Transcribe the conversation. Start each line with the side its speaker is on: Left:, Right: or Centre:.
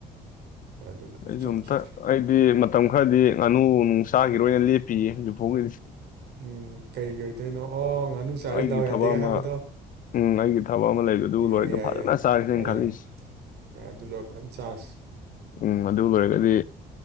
Right: ꯑꯗꯨꯅ
Left: ꯑꯩꯁꯨ
Right: ꯆꯠꯈꯤꯗ꯭ꯔꯦ
Left: ꯑꯝꯇ ꯑꯩꯗꯤ ꯃꯇꯝ ꯈꯔꯗꯤ ꯉꯥꯅꯨ ꯅꯨꯡ ꯆꯥꯈꯤꯔꯣꯏ ꯑꯣꯏꯅ ꯂꯦꯞꯄꯤꯌꯦ ꯍꯧꯖꯤꯛꯐꯥꯎꯒꯤ
Right: ꯎꯝ ꯀꯩꯒꯤ ꯑꯣꯏꯗꯣꯏꯅꯣ ꯑꯣ ꯉꯥꯅꯨ ꯆꯥꯔꯤ
Left: ꯑꯩꯒꯤ
Right: ꯗꯥꯎ ꯌꯥꯗꯦꯒ
Left: ꯊꯕꯛ ꯑꯃ
Right: ꯍꯥꯏꯕꯗꯣ
Left: ꯎꯝ ꯑꯩꯒꯤ ꯊꯕꯛ ꯑꯃ ꯂꯩꯕꯗꯨ
Right: ꯌꯥꯏ
Left: ꯂꯣꯏꯔꯒ
Right: ꯌꯥꯏ
Left: ꯐꯖꯅ
Right: ꯌꯥꯏ
Left: ꯆꯥꯔꯤꯅꯦꯅ
Right: ꯚꯥꯏ
Left: ꯈꯜꯂꯤꯁꯤꯦ
Right: ꯌꯥꯏ ꯌꯥꯏ ꯑꯗꯨ ꯂꯣꯏꯔ ꯐꯖꯅ ꯆꯥꯁꯤ
Left: ꯎꯝ ꯑꯗꯨ ꯑꯣꯏꯔꯒꯗꯤ